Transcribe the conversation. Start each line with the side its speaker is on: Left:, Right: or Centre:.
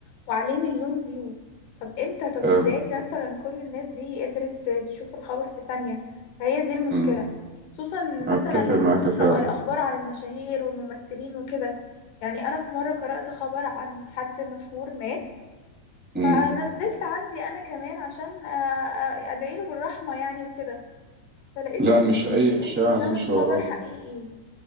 Left: وعليه مليون فيو طب امتى طب
Centre: فاهم
Left: ازاي مثلا كل الناس دي قدرت تشوف الخبر في ثانيه فهي دي المشكله
Centre: مم.
Left: خصوصا
Centre: أتفق
Left: مثلا لما
Centre: معاك
Left: بتقرا
Centre: فعلا
Left: الاخبار عن المشاهير والممثلين وكده يعني انا في مره قرات خبر عن حد مشهور مات
Centre: مم.
Left: فنزلت عندي انا كمان عشان آه، آه، ادعيله بالرحمه يعني وكده فلقيت
Centre: لا
Left: ناس
Centre: مش
Left: كتير
Centre: أي
Left: بتقولي
Centre: إشاعة
Left: ان
Centre: نمشي
Left: ده مش خبر
Centre: وراه
Left: حقيقي